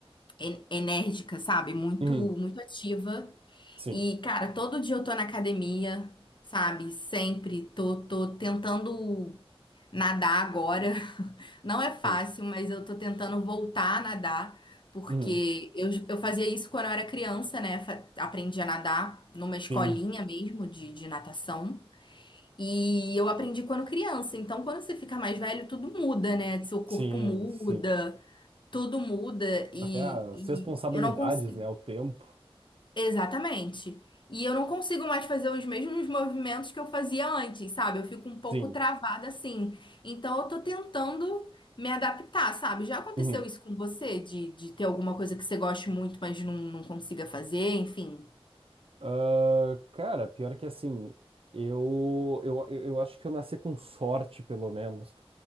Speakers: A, on the left (about 50°); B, on the right (about 65°).
A: en- enérgica, sabe? Muito,
B: Uhum,
A: muito ativa.
B: sim,
A: E, cara, todo dia eu tô na academia, sabe? Sempre tô, tô tentando nadar agora. <laughs> Não é fácil,
B: sim,
A: mas eu tô tentando voltar a nadar, porque
B: uhum,
A: eu, eu fazia isso quando eu era criança, né? Fa- Aprendi a nadar numa escolinha
B: sim,
A: mesmo de, de natação. E eu aprendi quando criança. Então, quando você fica mais velho, tudo muda, né? Seu corpo
B: sim,
A: muda,
B: sim.
A: tudo muda. E,
B: Até as
A: e
B: responsabilidades,
A: eu não consigo.
B: né? O tempo.
A: Exatamente. E eu não consigo mais fazer os mesmos movimentos que eu fazia antes, sabe? Eu fico um pouco
B: Sim.
A: travada assim. Então eu tô tentando me adaptar, sabe? Já aconteceu
B: Uhum.
A: isso com você? De, de ter alguma coisa que você goste muito, mas não, não consiga fazer, enfim.
B: Ah, cara, pior que assim, eu, eu, eu acho que eu nasci com sorte, pelo menos.